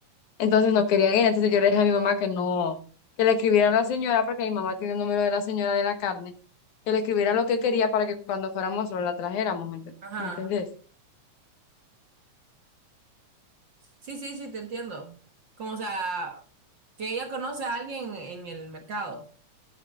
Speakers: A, on the left (about 80°); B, on the right (about 50°).
A: Entonces no quería ir, entonces yo le dije a mi mamá que no, que le escribiera a la señora, porque mi mamá tiene el número de la señora de la carne, que le escribiera lo que quería para que cuando fuéramos solo la trajéramos, ¿me enten-
B: ajá,
A: me entendés?
B: ajá. Sí, sí, sí, te entiendo. Como, o sea, que ella conoce a alguien en el mercado.